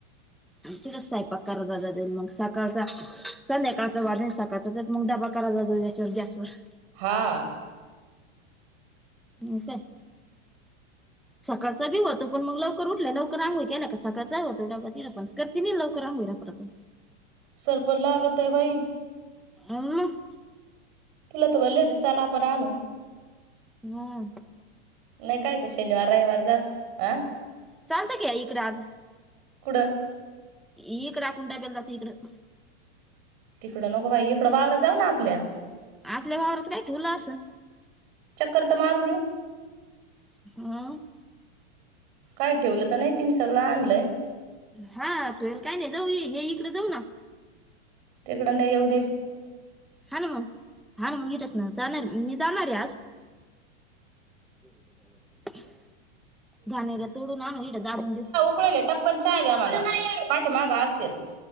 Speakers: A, in the centre; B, on the right.
A: अन तीडच सायपाक करत जा जाईन मग सकाळचा संध्याकाळचा वाजन सात कचाचाच मग डबा करा जात याच्यावर गॅसवर.
B: हा.
A: मंग काय?
B: <inaudible>
A: सकाळचा बी होतो पण मग लवकर उठल लवकर आंघोळी केल्या का सकाळचा होतो डब्बा तिड पण करती नाही लवकर आंघोळी रपारपा.
B: सरपण लागतय बाई.
A: <inaudible>
B: तुला तर म्हणले होते चल आपण आणू.
A: होय.
B: नाय काय त शनिवार रविवार जात आ?
A: चालतं क्या इकड आज.
B: कुडं?
A: इकड आपण डब्याला जातो इकडं.
B: तिकडं नको बाई इकडं वावरात जाऊ ना आपल्या.
A: आपल्या वावरात काय ठीवलं असंन?
B: चक्कर तर मारून येऊ.
A: <inaudible>
B: काय ठीवलं त नाय तिन सगळं आणलंय.
A: हा तुयेल काय नाय जाऊ हे इकडे जाऊ ना.
B: तिकडं नाय येऊत.
A: हाण मग हाण मग इटच. जाणार मी जाणारे आज. <unintelligible> तोडू आणु येते दाबून देऊ.
B: उकळले टपकन चहा घ्या म्हणा, पाठी माग असतील.